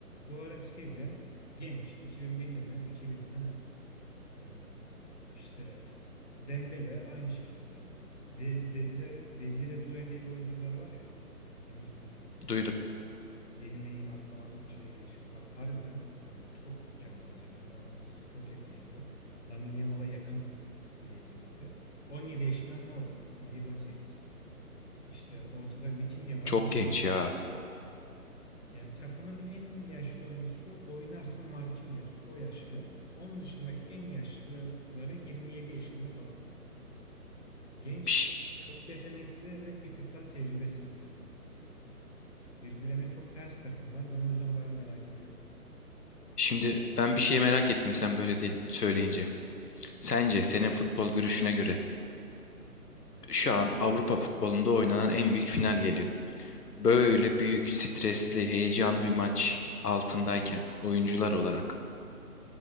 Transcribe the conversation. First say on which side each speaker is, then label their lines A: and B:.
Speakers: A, on the left (about 45°); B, on the left (about 80°).
A: Kvaratskhelia genç 2001'li mi 2000'li mi ne? Ee, işte Dembele aynı şekilde. De Deze Desire Doué diye bir oyuncuları var ya. Duymuşsundur.
B: duydum.
A: Yeni Neymar falan şeyi geçiyor. Abi harbiden hani top cambaz yani inanılmaz. Çok yetenekli. Lamine Yamal'a yakın bir yetenekte. 17 yaşında mı ne o da? 17-18. İşte ortada Vitinha var
B: Çok
A: 27
B: genç
A: yaşında
B: ya.
A: falan. Yani takımın en yaşlı oyuncusu oynarsa Marquinhos o yaşlı. Onun dışındaki en yaşlıları 27 yaşında falan. Genç,
B: Piş.
A: çok yetenekli ve bir tık daha tecrübesiz bir takım. Birbirlerine çok ters takımlar. Ben o yüzden bayağı merak ediyorum.
B: Şimdi ben bir şey merak ettim sen böyle değil söyleyince. Sence senin
A: Hı
B: futbol
A: hı.
B: görüşüne göre şu an Avrupa futbolunda oynanan en büyük final geliyor. böyle büyük, stresli, heyecanlı bir maç altındayken oyuncular olarak.